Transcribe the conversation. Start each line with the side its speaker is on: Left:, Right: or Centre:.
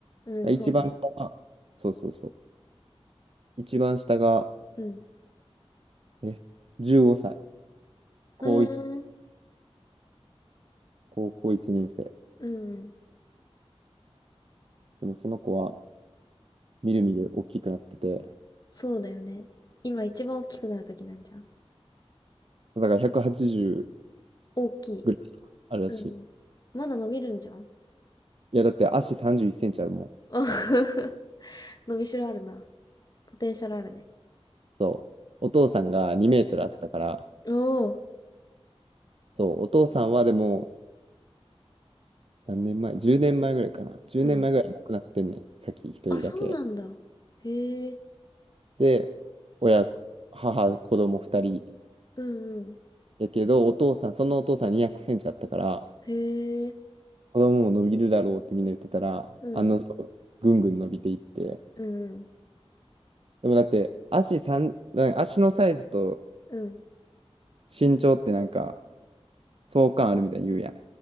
Left: うん、そうね。
Right: 一番下が、そうそうそう、一番下が、
Left: うん。
Right: え、15歳、高一
Left: ふーん。
Right: 高校1年生。
Left: うん。
Right: でもその子はみるみる大きくなってて、
Left: そうだよね。今一番大きくなる時なんじゃん。
Right: そうだから180
Left: 大きい。
Right: ぐらいあるらしい。
Left: うん。まだ伸びるんじゃん。
Right: いや、だって足31センチあるもん。
Left: あ <laughs> 伸びしろあるな。ポテンシャルあるね。
Right: そう。お父さんが2メートルあったから、
Left: おお。
Right: そう、お父さんはでも、何年前 ?10 年前ぐらいかな。10年前ぐらい亡くなってんねん。
Left: うん。
Right: 先一人だけ。
Left: あ、そうなんだ。へえ。
Right: で、親、母、子供2人。
Left: うんうん。
Right: やけど、お父さん、そのお父さん200センチあったから、
Left: へえ。
Right: 子供も伸びるだろうってみんな言ってたら、
Left: うん。
Right: あの定、ぐんぐん伸びていって。
Left: うんうん。
Right: でもだって、足三なんか足のサイズと
Left: うん。
Right: 身長ってなんか、相関あるみたいに言うやん。